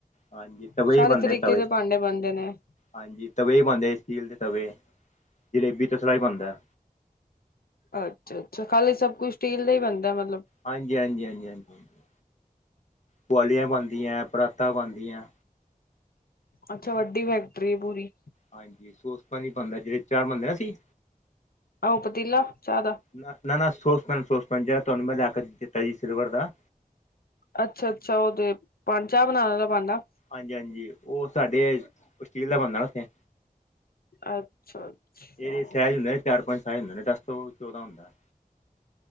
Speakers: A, on the left; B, on the left.
A: ਹਾਂਜੀ ਤਵੇ
B: -ਸਾਰੇ
A: ਬਣਦੇ
B: ਤਰੀਕੇ
A: ਤਵੇ
B: ਦੇ ਭਾਂਡੇ ਬਣਦੇ ਨੇ।
A: ਹਾਂਜੀ। ਤਵੇ ਹੀ ਬਣਂਦੇ। ਸਟੀਲ ਦੇ ਤਵੇ ਜਲੇਬੀ ਤ ਸਿਰਾ ਹੀ ਬਣਂਦਾ।
B: ਅੱਛਾ- ਅੱਛਾ। ਖਾਲੀ ਸਭ ਕੁਝ ਸਟੀਲ ਦਾ ਹੀ ਬਣਦਾ ਮਤਲਬ।
A: ਹਾਂਜੀ- ਹਾਂਜੀ -ਹਾਂਜੀ -ਹਾਂਜੀ -ਹਾਂਜੀ ਪੁਆਲੀਆਂ ਬਣਦੀਆਂ ਪਰਾਤਾਂ ਬਣਦੀਆਂ।
B: ਅੱਛਾ। ਵੱਡੀ ਫੈਕਟਰੀ ਹੈ ਪੂਰੀ।
A: ਹਾਂਜੀ। ਸੋਸ ਪੇਨ ਬਣਦਾ ਜਿਹੜੇ ਚਾਹ ਬਣਿਆ ਸੀ।
B: ਆਹੋ ਪਤੀਲਾ ਚਾਹ ਦਾ।
A: ਨਾ- ਨਾ- ਨਾ ਸੋਸ ਪੈਨ ਸੋਸ ਪੈਨ ਜ ਜਿਹੜਾ ਮੈਂ ਤੁਹਾਨੂੰ ਲੈ ਕੇ ਦਿੱਤਾ ਸੀ ਸਿਲਵਰ ਦਾ।
B: ਅੱਛਾ -ਅੱਛਾ ਉਹਦੇ ਪੰ ਚਾਹ ਬਣਾਉਣਾ ਭਾਂਡਾ
A: ਹਾਂਜੀ -ਹਾਂਜੀ ਉਹ ਸਾਡੇ ਸਟੀਲ ਦਾ ਬਣਦਾ ਨਾ ਉੱਥੇ।
B: ਅੱਛਾ- ਅੱਛਾ।
A: ਇਹਦੇ ਸਾਈਜ਼ ਹੁੰਦੇ ਨੇ ਚਾਰ -ਪੰਜ ਟਾਈਮ ਹੁੰਦੇ। ਦਸ ਤੋਂ ਚੌਦਾਂ ਹੁੰਦਾ।